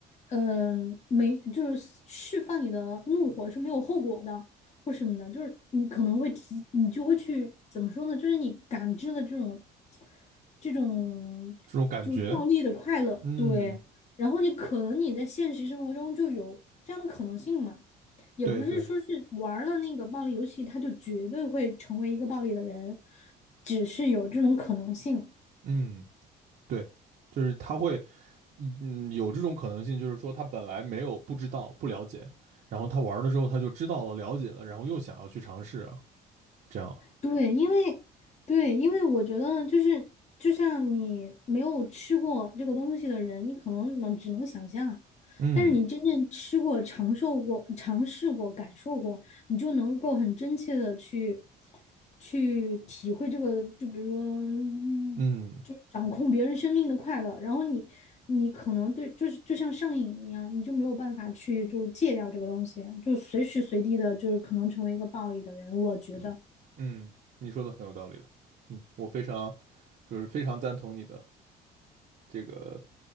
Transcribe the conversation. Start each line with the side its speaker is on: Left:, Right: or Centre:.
Left: 嗯、呃没就是释放你的怒火是没有后果的。或什么的，就是你可能会提，你就会去怎么说呢？就是你感知了这种这种就是暴力的快乐，
Right: 这种感觉，嗯，
Left: 对。然后你可能你在现实生活中就有这样的可能性嘛，也不是说是玩了那个暴力游戏，
Right: 对对，
Left: 他就绝对会成为一个暴力的人，只是有这种可能性。
Right: 嗯对，就是他会嗯，有这种可能性，就是说他本来没有不知道、不了解，然后他玩了之后他就知道了、了解了，然后又想要去尝试啊，这样。
Left: 对，因为对，因为我觉得就是就像你没有吃过这个东西的人，你可能能只能想象，
Right: 嗯
Left: 但是你真正吃过、尝受过、尝试过、感受过，你就能够很真切的去去体会这个，就比如说，嗯就掌控别人生命的快乐，
Right: 嗯
Left: 然后你你可能对就是就像上瘾一样，你就没有办法去就是戒掉这个东西，就随时随地的就是可能成为一个暴力的人，我觉得。
Right: 嗯，你说的很有道理的。嗯，我非常就是非常赞同你的这个